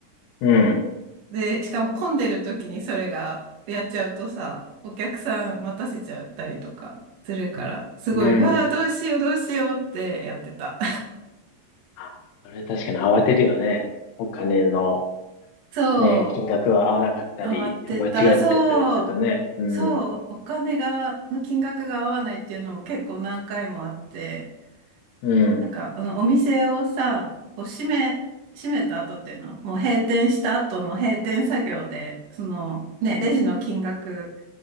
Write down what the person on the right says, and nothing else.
で、しかも混んでる時にそれがやっちゃうとさ、お客さん待たせちゃったりとかするから、すごい、
うわあ、どうしよう、どうしようってやってた。
<laughs> そ
う、慌てた、
そう、
そう、おお金が、の金額が合わないっていうのも結構何回もあって、
なんか、あの、お店をさ、こう閉め、閉めた後っていうの、もう閉店した後の閉店作業で、その、ね、レジの金額